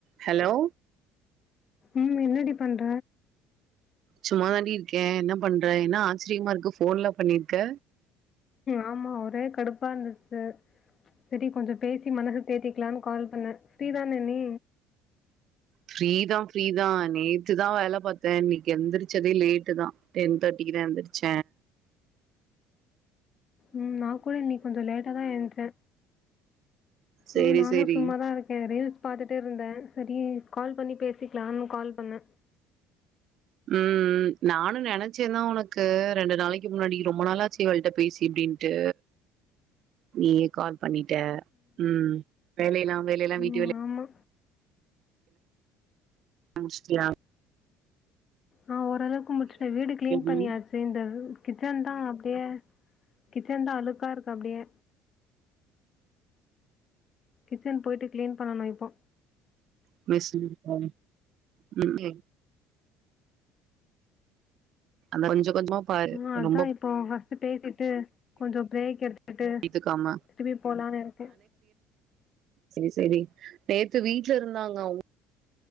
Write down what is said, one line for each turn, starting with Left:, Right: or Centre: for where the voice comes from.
Right: Hello
Left: ம் என்னடி பண்ற
Right: சும்மா தாண்டி இருக்கே என்ன பண்ற என்ன ஆச்சிரியமா இருக்கு ஃபோன்லா பண்ணிருக்க
Left: ஆமா ஒரே கடுப்பா இருந்துச்சு செரி கொஞ்சோ பேசி மனச தேத்திக்கலான்னு கால் பண்ணே. ஃப்ரீ தானே நீ
Right: ஃப்ரீ தா, ஃப்ரீ தா. நேத்துதா வேல பாத்த. இன்னக்கி எந்திரிச்சதே லேட்டு தா. டென் தேட்டிக்கு தா எந்திரிச்ச
Left: ம் நா கூட இன்னக்கி கொஞ்சோ லேட்டா தா எந்ச்சே.
Right: சேரி
Left: ம் நானு
Right: சேரி
Left: சும்மாதா இருக்கே. ரீல்ஸ் பாத்துட்டே இருந்த. செரி கால் பண்ணி பேசிக்கலானு கால் பண்ண.
Right: ம் ம் நானூ நெனைச்சே தா உனக்கு ரெண்டு நாளைக்கு முன்னாடி. ரொம்ப நாளாச்சு இவள்ட்ட பேசி அப்டின்ட்டு நீயே கால் பண்ணிட்ட. ம் வேலையெல்லா வேலையெல்லா வீட்டு
Left: ம்.
Right: வேலை
Left: ஆமா.
Right: முடிச்சிட்டயா?
Left: ஆஹ் ஓரளவுக்கு முடிச்ட்ட. வீடு கிளீன் பண்ணியாச்சு.
Right: ம்
Left: இந்த வீ கிச்சன் தா அப்டியே, கிச்சன்தா அழுக்கா இருக்கு அப்டியே. கிச்சன் போய்ட்டு கிளீன் பண்ணணு இப்போ.
Right: <unintelligible> அந்த கொஞ்ச கொஞ்சமா பாரு
Left: உஹ் அதா
Right: ரொம்ப
Left: இப்போ ஹ பேசிட்டு கொஞ்சோ பிரேக் எடுத்து விட்டுட்டு
Right: எடுத்துக்காம
Left: திருப்பி போலானு இருக்க
Right: செரி செரி நேத்து வீட்ல இருந்தாங்க அவுங்